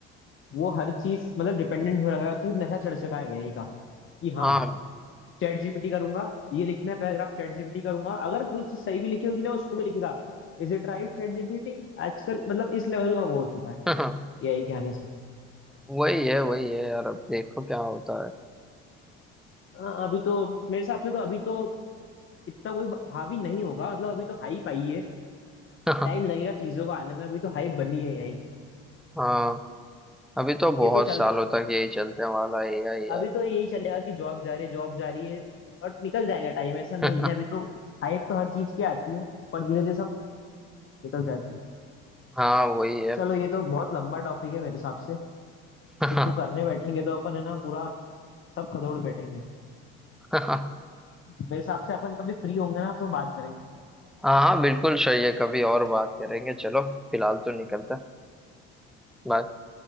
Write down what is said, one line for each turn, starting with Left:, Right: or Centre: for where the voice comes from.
Left: वो हर चीज मतलब डिपेंडेंट हो रहा है उसमें नशा चढ़ चुका है एआई का कि हाँ
Centre: हाँ
Left: चैट जीपीटी करूंगा ये लिखना है पैराग्राफ चैट जीपीटी करूंगा अगर कोई चीज सही भी लिखी होगी ना उसको भी लिखेगा is it right chat GPT आजकल मतलब इस लेवल का वो हो चुका है
Centre: <laughs>
Left: एआई के आने से
Centre: वही है वही है यार अब देखो क्या होता है
Left: हाँ, अभी तो मेरे हिसाब से तो अभी तो इतना कोई हावी नहीं होगा मतलब अभी तो हाइप आई है
Centre: <laughs>
Left: टाइम लगेगा चीजों को आने में अभी तो हाइप बनी है एआई की
Centre: हाँ अभी तो बहुत
Left: ये तो चल
Centre: सालों तक यही चलते वाला है यही
Left: अभी
Centre: यही
Left: तो यही चलेगा कि जॉब जा रही है जॉब जा रही है बट निकल जाएगा टाइम ऐसा नहीं
Centre: <laughs>
Left: है अभी तो हाइप तो हर चीज की आती है पर धीरे धीरे सब निकल जाती है
Centre: हाँ वही है
Left: चलो ये तो बहुत लंबा टॉपिक है मेरे हिसाब से
Centre: <laughs>
Left: इसको करने बैठेंगे तो अपन है ना पूरा सब खदोड़ बैठेंगे
Centre: हाँ
Left: मेरे हिसाब से अपन कभी फ्री होंगे ना तो बात करेंगे
Centre: हाँ बिल्कुल सही है कभी और बात करेंगे चलो फिलहाल तो निकलते हैं। बाय